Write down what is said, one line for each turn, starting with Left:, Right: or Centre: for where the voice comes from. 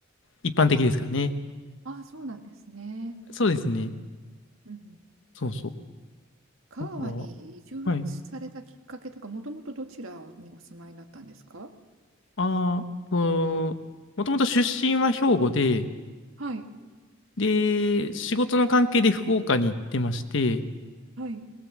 Left: 一般的ですかね。
Right: ああ、そうなんですね。
Left: そうですね。
Right: うんうん。
Left: そうそう。
Right: 香川に移住されたきっかけとか、
Left: だから、はい。
Right: もともとどちらにお住まいだったんですか
Left: ああ、と、もともと出身は兵庫で、
Right: はい、
Left: で、仕事の関係で福岡に行ってまして、
Right: はい。